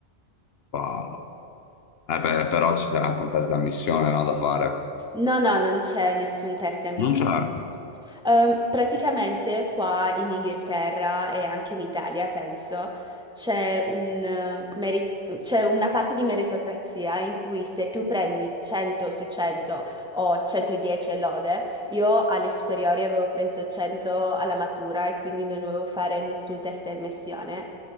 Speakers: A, on the left; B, in the centre.
A: Wow. Eh, beh, però ci sarà anche un test d'ammissione, no, da fare.
B: No, no, non c'è nessun test ammissione
A: Non c'è.
B: Ehm, praticamente qua in Inghilterra e anche in Italia, penso, c'è un, eh, meri- c'è una parte di meritocrazia in cui se tu prendi 100 su 100 o 110 e lode, io alle superiori avevo preso 100 alla matura e quindi non dovevo fare nessun test di ammissione.